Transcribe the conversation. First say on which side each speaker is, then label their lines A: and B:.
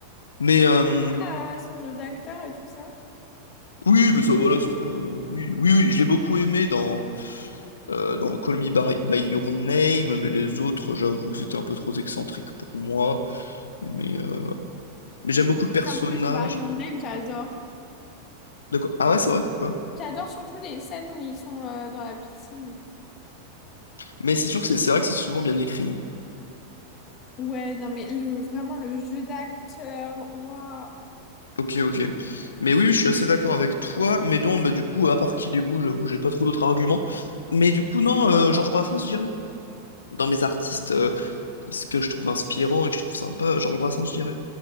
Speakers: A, on the left; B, on the left.
A: Mais euh,
B: hein. Euh, son jeu d'acteur et tout ça.
A: oui, mais ça voilà, c'est pas oui oui oui, je l'ai beaucoup aimé dans euh, dans Call Me By, By Your Name, mais les autres, j'avoue, c'était un peu trop excentrique pour moi. Mais, euh, mais j'aime beaucoup le personnage.
B: Call Me By Your Name, j'adore.
A: D'accord. Ah ouais, c'est vrai, pourquoi?
B: J'adore surtout les scènes où ils sont euh, dans la piscine.
A: Mais c'est sûr que c'est c'est vrai que c'est souvent bien écrit. hein.
B: Ouais, non mais le vraiment le jeu d'acteur, waouh.
A: Ok, ok. Mais oui, oui, je suis assez d'accord avec toi. Mais non, bah du coup, à part qu'il est beau, j'avoue, j'ai pas trop d'autres arguments. Mais du coup, non, euh, Georges Brassens, je dirais. Dans mes artistes euh, ce que je trouve inspirant et que je trouve sympa, Georges Brassens, je dirais.